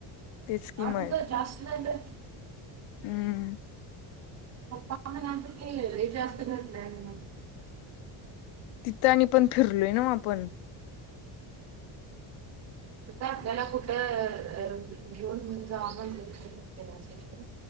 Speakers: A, on the left (about 75°); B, on the right (about 35°).
A: तेच की मग
B: आठ हजार जास्त झालं
A: हम्म
B: पप्पा म्ह केलं जास्त घटलं आहे म <inaudible>
A: तिथं आणि पण फिरलोय ना आपण,
B: आ आपल्याला कुठं घेऊन जा म्ह